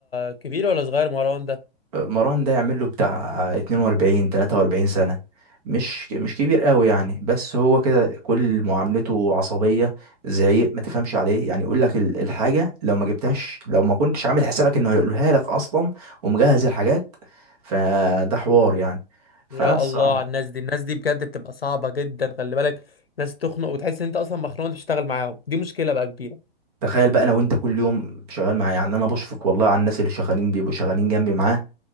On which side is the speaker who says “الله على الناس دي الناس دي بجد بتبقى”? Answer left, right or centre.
Left